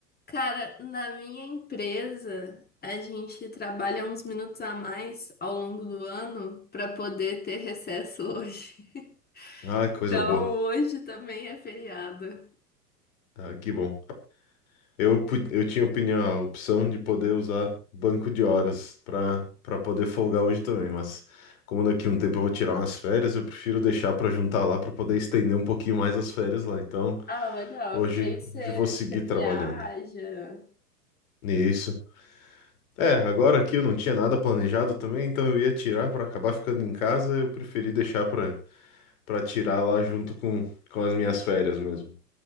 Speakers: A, on the left; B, on the left.
A: Cara, na minha empresa, a gente trabalha uns minutos a mais ao longo do ano para poder ter recesso hoje. <laughs>
B: Ah, que
A: Então,
B: coisa boa.
A: hoje também é feriado.
B: Ah, que bom. Eu, pu- eu tinha opinião, a opção de poder usar banco de horas pra para poder folgar hoje também, mas como daqui a um tempo eu vou tirar umas férias, eu prefiro deixar pra juntar lá pra poder estender um pouquinho mais as férias lá. Então.
A: Ah, legal,
B: Hoje,
A: que aí você
B: hoje vou seguir
A: você
B: trabalhando
A: viaja.
B: isso. É, agora aqui eu não tinha nada planejado também, então eu ia tirar para acabar ficando em casa, eu preferi deixar para para tirar lá junto com, com as minhas férias mesmo.